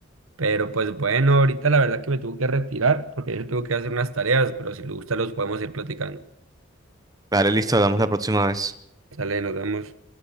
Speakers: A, on the right; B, on the right.
A: Pero pues bueno, ahorita la verdad que me tuve que retirar porque yo tuve que hacer unas tareas, pero si le gusta los podemos ir platicando.
B: Vale, listo, hablamos la próxima vez.
A: Sale, nos vemos.